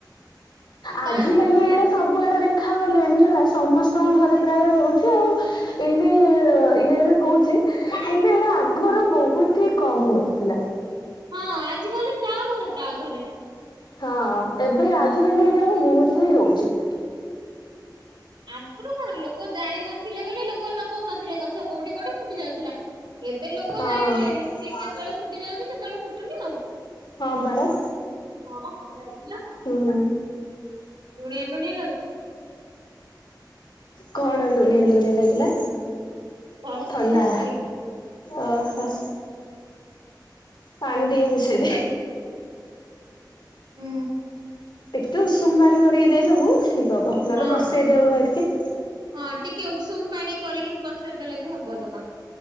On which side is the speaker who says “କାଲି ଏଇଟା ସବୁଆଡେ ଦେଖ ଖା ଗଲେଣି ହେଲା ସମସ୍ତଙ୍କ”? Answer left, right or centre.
Left